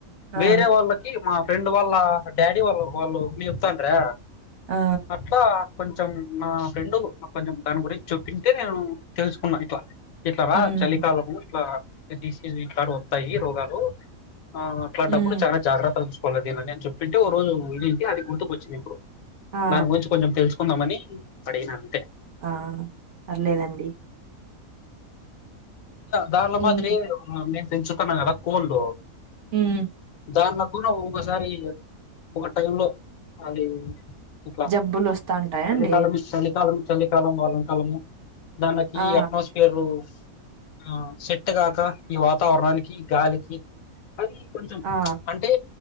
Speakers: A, on the right (about 60°); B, on the left (about 70°).
A: ఆ
B: వేరే వాళ్ళకి మా ఫ్రెండ్ వాళ్ళ డాడీ వాళ్ళ్ వాళ్ళు మేప్తాండ్రా
A: ఆ
B: అట్లా కొంచెం నా ఫ్రెండు కొంచెం దాని గురించి చూపి నేను తెలుసుకున్నా ఇట్లా ఇట్ల రా
A: ఉమ్
B: చలికాలము ఇట్లా డిసీస్ ఇట్లాటి వొత్తాయి రోగాలు ఆ అట్లాంటప్పుడు
A: ఉమ్
B: చానా జాగ్రత్తగా చూసుకోవాల్ దీనిని చెప్పింటే ఓ రోజు వెళింటే అది గుర్తుకొచ్చింది ఇప్పుడు
A: ఆ
B: దాని గురించి కొంచెం తెల్సు కుందామని అడిగినాను
A: ఆ పర్లేదండి
B: దానిల మాదిరి
A: ఉమ్
B: నేను పెంచుకున్న గదా కోళ్ళు
A: మ్మ్
B: దాన్లో కూడా ఒకసారి ఒక టైం లో అది ఇక
A: జబ్బులు వస్తాంటాయండి
B: చలి కాలం చలి కాలం చలికాలం వాలం కాలము దానకి
A: ఆ
B: అట్మాస్ఫియర్ ఆ సెట్టుగాక ఈ వాతావరణానికి గాలికి అది కొంచెం
A: ఆ
B: అంటే